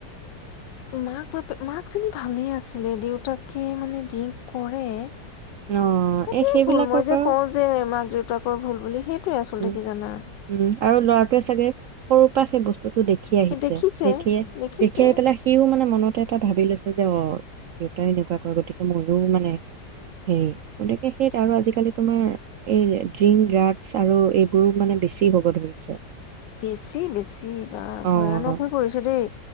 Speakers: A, on the left; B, on the right.
A: মাক-বাপ, মাকজনী ভালেই আছিলে, দেউতাকে মানে ড্ৰিংক কৰে। সেইটোৱে
B: অ', এই সেইবিলাকৰ
A: ভুল। মই
B: পৰাও
A: যে কওঁ যে মাক-দেউতাকৰ ভুল বুলি, সেই তু আছলতে
B: উম
A: কি জানা
B: উম, আৰু ল'ৰাটোৱে চাগে সৰুৰ পৰা সেই বস্তু বস্তুো দেখি আহিছে।
A: সেই দেখিছে,
B: দেখিয়ে,
A: দেখিছে।
B: দেখি আহিপেলাই সিও মানে মনতে এটা ভাবি লৈছে যে অহ, দেউতাই এনেকুৱা কৰে, গতিকে ময়ো মানে হেৰি, গতিকে সেই আৰু আজিকালি তোমাৰ এই ড্ৰিংক ড্ৰাগছ আৰু এইবোৰু মানে বেছি হ'ব ধৰিছে।
A: বেছি, বেছি, বা
B: অ'
A: ভয়ানক হৈ পৰিছে দেই।